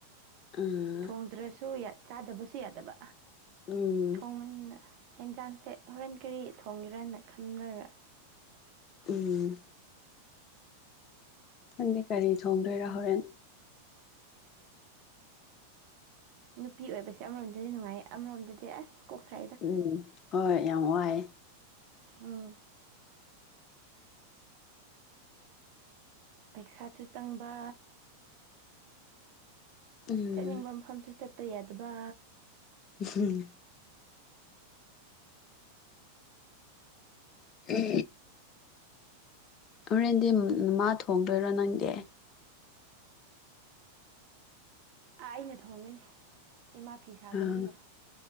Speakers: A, on the left (about 35°); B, on the right (about 45°).
A: ꯎꯝ
B: ꯊꯣꯡꯗ꯭ꯔꯁꯨ ꯌꯥꯏ ꯆꯥꯗꯕꯁꯨ ꯌꯥꯗꯕ
A: ꯎꯝ
B: ꯊꯣꯡꯃꯟꯅ ꯌꯦꯦꯟꯖꯥꯡꯁꯦ ꯍꯣꯔꯦꯟ ꯀꯔꯤ ꯊꯣꯡꯒꯦꯔꯅ ꯈꯟꯂꯒ
A: ꯎꯝ ꯈꯪꯗꯦ ꯀꯔꯤ ꯊꯣꯡꯗꯣꯏꯔꯥ ꯍꯣꯔꯦꯟ
B: ꯅꯨꯄꯤ ꯑꯣꯏꯕꯁꯦ ꯑꯃꯔꯣꯝꯗꯗꯤ ꯅꯨꯡꯉꯥꯏꯌꯦ ꯑꯃꯔꯣꯝꯗꯗꯤ ꯑꯁ ꯀꯣꯛ ꯁꯥꯏꯗ
A: ꯎꯝ ꯍꯣꯏ ꯌꯥꯝ ꯋꯥꯏꯑꯦ
B: ꯑꯝ ꯄꯩꯁꯥꯁꯨ ꯆꯪꯕ
A: ꯎꯝ
B: ꯆꯠꯅꯤꯡꯕ ꯃꯐꯝꯁꯨ ꯆꯠꯇ ꯌꯥꯗꯕ
A: ꯎꯝ ꯎ ꯍꯣꯔꯦꯟꯗꯤ ꯃꯥ ꯊꯣꯡꯗꯣꯏꯔꯣ ꯅꯪꯗꯤ
B: ꯑꯥ ꯑꯩꯅ ꯊꯣꯡꯒꯅꯤ ꯏꯃꯥ ꯐꯤ ꯁꯥꯕꯅꯤꯅ
A: ꯑꯪ